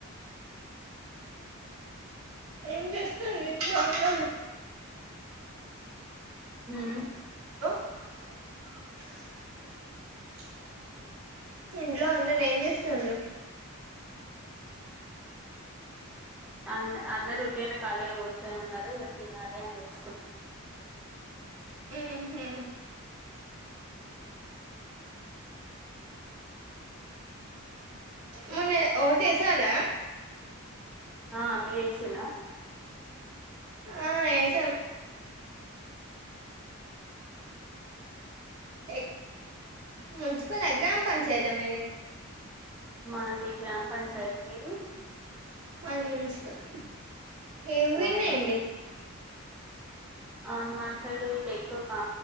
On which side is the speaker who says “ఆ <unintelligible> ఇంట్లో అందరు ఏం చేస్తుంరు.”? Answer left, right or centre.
Right